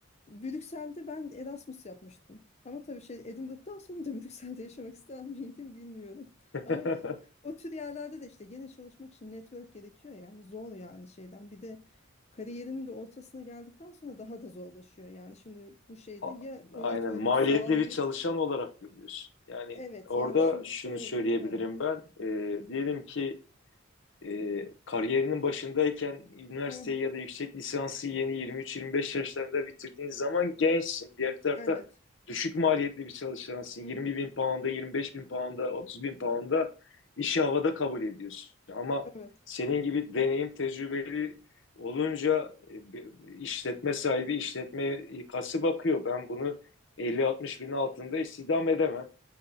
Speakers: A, on the left; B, on the left.
A: Brüksel'de ben Erasmus yapmıştım. Ama tabii şey Edinburgh'dan sonra da Brüksel'de yaşamak ister miydim bilmiyorum.
B: <laughs>
A: Ama de- o tür yerlerde de işte gene çalışmak için network gerekiyor yani zor yani şeyden. Bir de kariyerinin de ortasına geldikten sonra daha da zorlaşıyor. Yani şimdi bu şeyde
B: A-
A: ya o
B: Aynen
A: network'ü
B: maliyetli
A: sağlayıp
B: bir çalışan olarak görüyorsun. Yani
A: evet
B: orada
A: yani şimdi
B: şunu
A: şöyle
B: söyleyebilirim
A: evet.
B: ben. E, diyelim ki e, kariyerinin başındayken üniversiteyi
A: Hı hı.
B: ya da yüksek lisansı yeni 23-25 yaşlarında bitirdiğin zaman gençsin. Diğer bir tarafta
A: Evet.
B: düşük maliyetli bir çalışansın.
A: Hı
B: 20
A: hı.
B: bin pound'a, 25 bin pound'a, 30 bin pound'a işi havada kabul ediyorsun. Ama
A: Evet.
B: senin gibi deneyim tecrübeli olunca e, bir işletme sahibi işletme ikası bakıyor. Ben bunu 50-60 bin altında istihdam edemem.